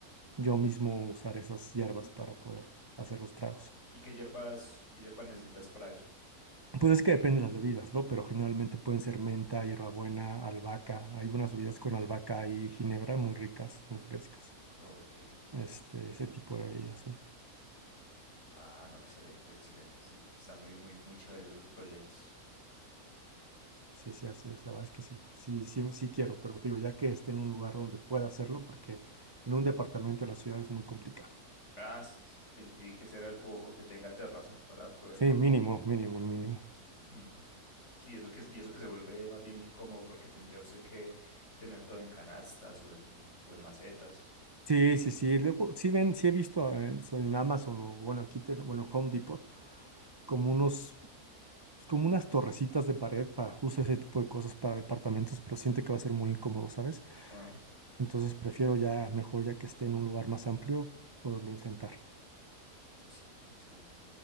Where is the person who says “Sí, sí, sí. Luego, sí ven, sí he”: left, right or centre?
Right